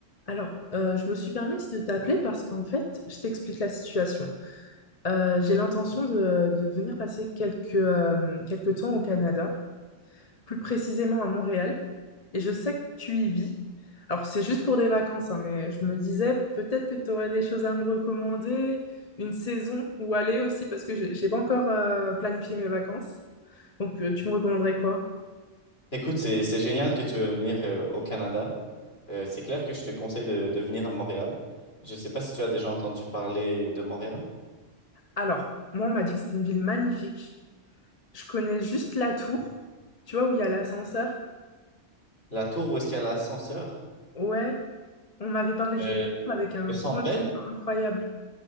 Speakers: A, on the left; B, on the left.
A: Alors, euh, je me suis permise de t'appeler parce qu'en fait, je t'explique la situation. Euh, j'ai l'intention de, de venir passer quelques, euh, quelques temps au Canada, plus précisément à Montréal, et je sais que tu y vis. Alors, c'est juste pour des vacances, hein, mais je me disais peut-être que tu aurais des choses à me recommander, une saison où aller aussi, parce que j'ai j'ai pas encore euh, planifié mes vacances. Donc, euh, tu me recommanderais quoi?
B: Écoute, c'est c'est génial que tu veux venir euh, au Canada. Euh, c'est clair que je te conseille de, de venir à Montréal. Je sais pas si tu as déjà entendu parler de Montréal.
A: Alors, moi, on m'a dit que c'était une ville magnifique. Je connais juste la tour, tu vois, où il y a l'ascenseur.
B: La tour où est-ce qu'il y a l'ascenseur?
A: Ouais. On m'avait parlé
B: Euh,
A: du Louvre avec un
B: Le Centre
A: point
B: Bell?
A: de vue incroyable.